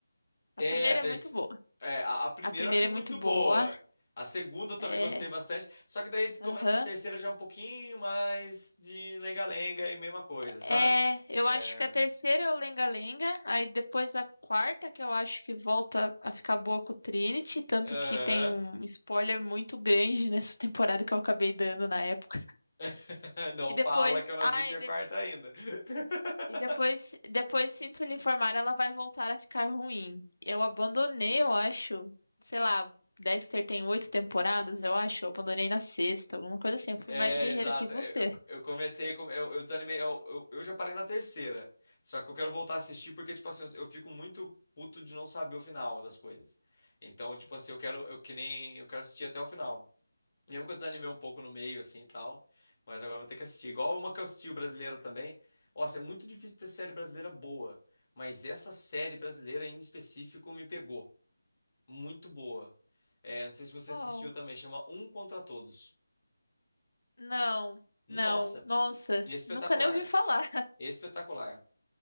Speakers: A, on the left; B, on the left.
A: É,
B: A primeira
A: a terceira.
B: é muito boa.
A: a, a primeira
B: A primeira
A: eu acho
B: é
A: muito
B: muito boa.
A: boa. A segunda eu também
B: É.
A: gostei bastante. Só que daí
B: Aham.
A: começa a terceira já é um pouquinho mais de lenga-lenga e mesma coisa, sabe?
B: É, eu
A: É,
B: acho que a terceira é o Lenga-Lenga, aí depois a quarta, que eu acho que volta a ficar boa com o Trinity, tanto
A: aham.
B: que tem um spoiler muito grande <laughs> nessa temporada que eu acabei dando na época.
A: <laughs> Não
B: E depois,
A: fala que eu não
B: ai,
A: assisti
B: e,
A: a
B: de-
A: quarta ainda. <laughs>
B: e depois, depois sinto lhe informar, ela vai voltar a ficar ruim. Eu abandonei, eu acho, sei lá, Dexter tem oito temporadas, eu acho, eu abandonei na sexta, alguma coisa assim, eu fui
A: É,
B: mais guerreira
A: exato.
B: que você.
A: Eu, eu, eu comecei, com- eu, eu desanimei, eu, eu, eu já parei na terceira. Só que eu quero voltar a assistir porque, tipo assim, eu eu fico muito puto de não saber o final das coisas. Então, tipo assim, eu quero, eu que nem, eu quero assistir até o final. Mesmo que eu desanimei um pouco no meio, assim, e tal. Mas agora eu vou ter que assistir. Igual uma que eu assisti brasileira também. Nossa, é muito difícil ter série brasileira boa. Mas essa série brasileira em específico me pegou. Muito boa. É, não sei se você
B: Oh,
A: assistiu também, chama Um Contra Todos.
B: não,
A: Nossa,
B: não, nossa,
A: espetacular.
B: nunca nem ouvi falar.
A: Espetacular.